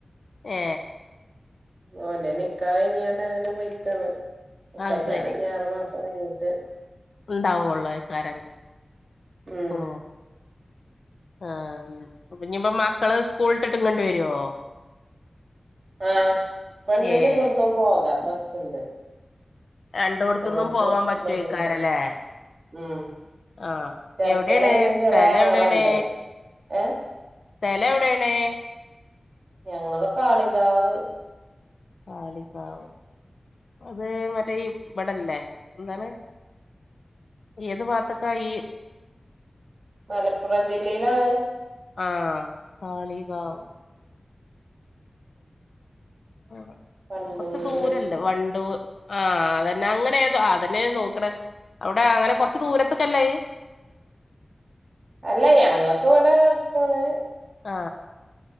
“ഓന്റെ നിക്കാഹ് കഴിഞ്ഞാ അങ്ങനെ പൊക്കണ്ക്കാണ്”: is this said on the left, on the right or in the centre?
Right